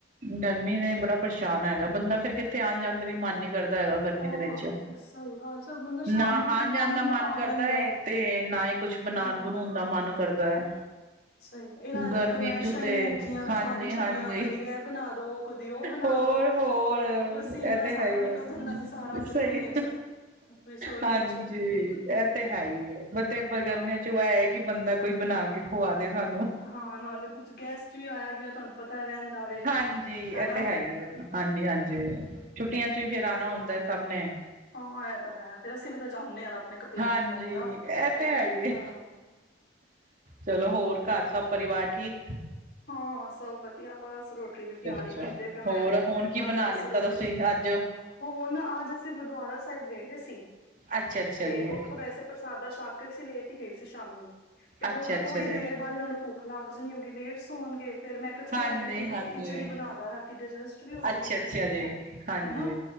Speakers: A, on the right; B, on the left.
A: ਗਰਮੀ ਨੇ ਬੜਾ ਪਰੇਸ਼ਾਨ ਹੈਗਾ ਬੰਦਾ ਫਿਰ ਕਿੱਥੇ ਆਉਣ ਜਾਣ ਦਾ ਵੀ ਮਨ ਨਹੀਂ ਕਰਦਾ ਹੈਗਾ ਗਰਮੀ
B: ਹਾਂ
A: ਦੇ ਵਿੱਚ,
B: ਸਹੀ ਗੱਲ ਚਲ ਬੰਦਾ
A: ਨਾ
B: ਸ਼ਾਮੀ ਆਪਣਾ
A: ਆਉਣ ਜਾਣ
B: ਕੰਮ
A: ਦਾ
B: ਨਿਪਟਾ
A: ਮਨ ਕਰਦਾ
B: ਲੈਂਦਾ
A: ਹੈ ਤੇ ਨਾ ਹੀ ਕੁਛ ਬਣਾਉਣ
B: ਹਾਂ।
A: ਬਣਾਉਣ ਦਾ ਮਨ ਕਰਦਾ ਹੈ
B: ਸਹੀ ਗ- ਇਹਨਾਂ ਦੀ
A: ਗਰਮੀ
B: ਤਾਂ ਫਰਮਾਇਸ਼ਾਂ
A: ਚ
B: ਹੀ
A: ਤੇ,
B: ਨੀ ਮੁੱਕੀਆਂ
A: ਹਾਂਜੀ
B: ਸਾਰੀ ਛੁੱਟੀਆਂ
A: -ਹਾਂਜੀ
B: ਕਦੀ ਇਹ ਬਣਾ ਦੋ ਕਦੀ ਉਹ ਬਣਾ
A: ਹੋਰ-
B: ਦੋ
A: ਹੋਰ ਇਹ
B: ਪਸੀਨਾ
A: ਤੇ
B: ਸਾਡਾ
A: ਹੈ ਹੀ
B: ਨਿਕਲ
A: ਆ
B: ਜਾਂਦਾ ਸੀ ਸਾਰਾ ਗਰਮੀ
A: ਸਹੀ
B: ਵਿੱਚ ਰਸੋਈ
A: ਹਾਂਜੀ
B: ਵਿੱਚ
A: ਇਹ ਤੇ ਹੈ ਹੀ ਏ ਬਟ
B: ਹਾਂ
A: ਗਰਮੀਆਂ ਚ ਕਿ ਬੰਦਾ ਕੋਈ ਬਣਾ ਕੇ ਖੁਵਾ ਦੇ ਸਾਨੂੰ
B: ਹਾਂ ਨਾਲੇ ਕੁੱਛ ਗੈਸਟ ਵੀ ਆਇਆ ਗਿਆ ਤੁਹਾਨੂੰ ਪਤਾ ਰਹਿੰਦਾ ਵੇ
A: ਹਾਂਜੀ
B: ਹਨਾ
A: ਇਹ ਤੇ ਹੈ ਹੀ ਹੈ ਹਾਂਜੀ -ਹਾਂਜੀ ਛੁੱਟੀਆਂ ਚ ਵੀ ਫਿਰ ਆਉਣਾ ਹੁੰਦਾ ਸਭ ਨੇ
B: ਹਾਂ ਇਹ ਤਾਂ ਹੈ ਫੇਰ ਅਸੀਂ ਵੀ ਤਾਂ ਜਾਂਦੇ ਹਾਂ ਨਾ ਆਪਣੇ ਪੇਕੇ
A: ਹਾਂਜੀ
B: ਤੋਂ ਹਨਾ
A: ਇਹ
B: ਹਾਂ
A: ਤੇ ਹੈ ਹੀ ਏ
B: ਹਾਂ
A: ਚਲੋ ਹੋਰ ਘਰ ਸਭ ਪਰਿਵਾਰ ਠੀਕ
B: ਹਾਂ ਸਭ ਵਧੀਆ ਬਸ ਰੋਟੀ ਦੀ ਤਿਆਰੀ
A: ਅੱਛਾ
B: ਕਰਦੇ ਪਏ ਮੈਂ
A: ਹੋਰ
B: ਵੀ
A: ਹੁਣ
B: ਬਣਾਉਂਦੀ
A: ਕੀ ਬਣਾ
B: ਪਈ
A: ਲਿੱਤਾ
B: ਸੀ ਰੋ
A: ਤੁਸੀਂ <unintelligible> ਅੱਜ
B: ਹੋਣ ਅੱਜ ਅਸੀਂ ਗੁਰਦੁਆਰਾ ਸਾਹਿਬ ਗਏ ਵੇ ਸੀ
A: ਅੱਛਾ ਅੱਛਾ
B: ਤੇ
A: ਜੀ
B: ਉੱਥੋਂ ਵੈਸੇ ਪ੍ਰਸ਼ਾਦਾ ਸ਼ਕ ਅਸੀ ਲੇਟ ਹੀ ਗਈ ਸੀ ਸ਼ਾਮ ਨੂੰ ਤੇ ਹੁਣ
A: ਅੱਛਾ ਅੱਛਾ
B: ਥੋੜੀ
A: ਜੀ
B: ਦੇਰ ਬਾਅਦ ਇਹਨਾਂ ਨੂੰ ਭੁੱਖ ਲਾਂਗ ਜਾ ਨੀ ਆਉਗੀ ਲੇਟ ਹੋਣਗੇ ਫੇਰ ਮੈਂ ਕਿਹਾ ਚੱਲ
A: ਹਾਂਜੀ
B: ਰਲਕੇ ਆਪ <unintelligible>
A: ਹਾਂਜੀ
B: ਖਿਚੜੀ ਬਣਾਦਾ ਰ ਡਜਸਟ ਵੀ ਹੋ ਜਾਏਗੀ
A: ਅੱਛਾ
B: ਫਿਰ
A: ਅੱਛਾ ਜੀ ਹਾਂਜੀ
B: ਹਨਾ